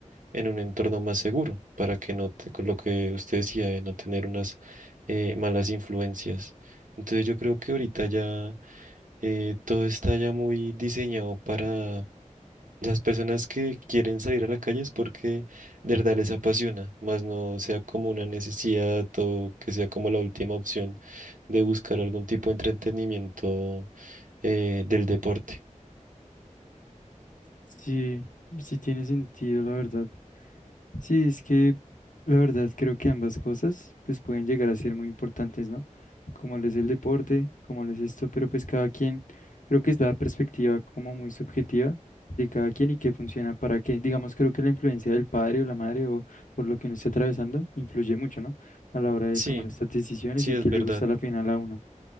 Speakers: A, on the right; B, on the left.
A: en un entorno más seguro para que no, te- con lo que usted decía, de no tener unas eh, malas influencias. Entonces yo creo que ahorita ya eh, todo está ya muy diseñado para las personas que quieren salir a la calle es porque de verdad les apasiona, más no sea como una necesidad o que sea como la última opción de buscar algún tipo de entretenimiento eh, del deporte.
B: sí, sí tiene sentido, la verdad. Sí, es que la verdad creo que ambas cosas pues pueden llegar a ser muy importantes, ¿no? Como les el deporte, como les esto, pero pues cada quien, creo que es la perspectiva como muy subjetiva de cada quien y qué funciona para qué. Digamos, creo que la influencia del padre o la madre o por lo que uno esté atravesando influye mucho, ¿no? A la hora de
A: Sí,
B: tomar estas decisiones
A: sí,
B: y
A: es
B: qué
A: verdad.
B: le gusta a la final a uno.